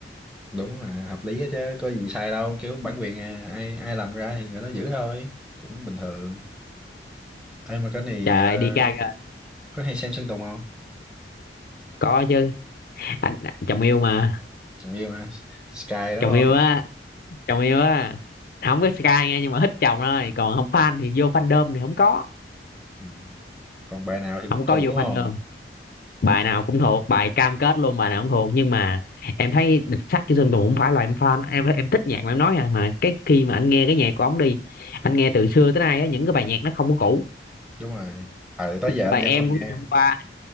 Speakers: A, in the centre; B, on the left (about 55°).
A: đúng là hợp lý á chứ có gì sai đâu kiểu bản quyền à, ai ai làm ra thì người đó giữ thôi cũng bình thường em mà cái này
B: trời
A: ờ,
B: đi ca kìa.
A: có hay xem Sơn Tùng không
B: có chứ anh chồng yêu mà
A: Chẳng yêu hả Sky đó
B: chồng
A: phải
B: yêu
A: không
B: á chồng yêu á không có Sky nghe nhưng mà thích chồng thôi còn không fan thì vô fandom thì không có
A: Ừ. còn bài nào thì
B: không
A: cũng
B: có
A: thuộc
B: vô
A: đúng
B: fandom
A: không
B: bài nào cũng thuộc bài cam kết luôn bài nào cũng thuộc nhưng mà em thấy Địch Sắt Chữ Sơn Tùng không phải là em fan em em thích nhạc mà em nói à mà cái khi mà anh nghe cái nhạc của ổng đi anh nghe từ xưa tới nay á những cái bài nhạc nó không có cũ
A: đúng rồi à, tới giờ
B: bài
A: anh vẫn
B: em
A: còn
B: của
A: nghe
B: ngày hôm qua